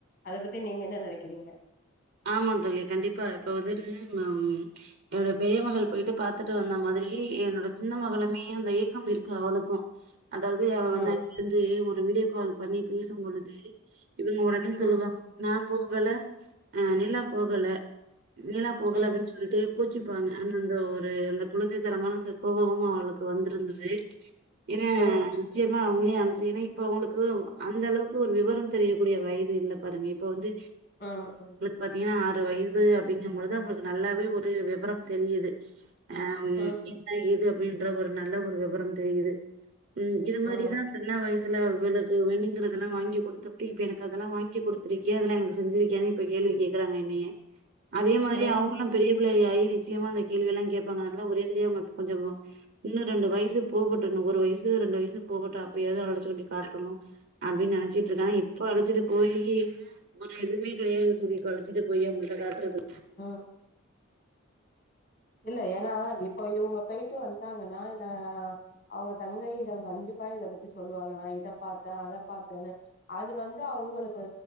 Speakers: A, on the left (about 60°); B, on the right (about 55°).
A: அத பத்தி நீங்க என்ன நெனைக்கிறீங்க
B: ஆமா தோழி கண்டிப்பா இப்ப வந்துட்டு அம் என்னோட பெரிய மகள் போயிட்டு பாத்துட்டு வந்த மாதிரி என்னோட சின்ன மகளுமே அந்த ஏக்கம் இருக்கு அவளுக்கு அதாவது அவ
A: ம்
B: <inaudible> வந்து ஒரு வீடியோ கால் பண்ணி பேசும் பொழுது இவங்க ஒடனே சொல்லுவாங்
A: ம்
B: நா போகல ஆ நில்லா போகல நில்லா போகல
A: ம்
B: அப்படின்னு சொல்லிட்டு கோச்சிப்பாங்க அந்தந்த ஒரு அந்த குழந்தை தனமான அந்த கோபமு அவளுக்கு வந்திருந்தது இவ <unintelligible>
A: ம்
B: நிச்சயமா அவுங்ளையே அழைச்சிகினு இப்ப உங்களுக்கு அந்த அளவுக்கு ஒரு விவரம் தெரியக்கூடிய வயது இல்ல பாருங்க இப்ப வந்து
A: ஆ அ
B: பதினாறு வயது அப்படிங்கும்பொழுது அவங்களுக்கு நல்லாவே ஒரு விபரம் தெரியுது ஆம்
A: ம் ம்
B: என்ன ஏது அப்படின்ற ஒரு நல்ல ஒரு விவரம் தெரியுது ம் எ
A: ம்
B: மாரிதா சின்ன வைஸ் இதுல அவளுக்கு வேணுங்கிறதெல்லா வாங்கி குடுத்துபுட்டு இப்ப எனக்கு அதெல்லா வாங்கி குடுத்திருக்கியே அதெல்லா எனக்கு செஞ்சிருக்கியானு இப்ப கேள்வி கேக்குறாங்க என்னைய அதே மாரி
A: ம்
B: அவங்களு பெரியப் புள்ளை ஆயி நிச்சயமா அந்த கேள்வியெல்லா கேப்பாங்க அதனால ஒரேதிரியா மட் கொஞ்சமா இன்னு ரெண்டு வயசு போகட்டுன்னு ஒரு வயசு ரெண்டு வயசு போகட்டு அப்பயாவது அவள்ட சொல்லி காட்டணு அப்டி நெனச்சிட் ட்ருக்கே இப்ப
A: ம்
B: அழைச்சிட்டு போயி ஒரு எதுவுமே கிடையாது சொல்லிட்டு அழைச்சிட்டு போயி அவங்கள்ட காட்றது
A: ஆ இல்ல ஏனா இப்ப இவுங்க பேயிட்டு வந்தாங்கனா நா அவுங்க தங்கை இத கண்டிப்பா இத பத்தி சொல்லுவாங்க நா இத பாத்த அத பாத்தனு அது வந்து அவுங்களுக்கு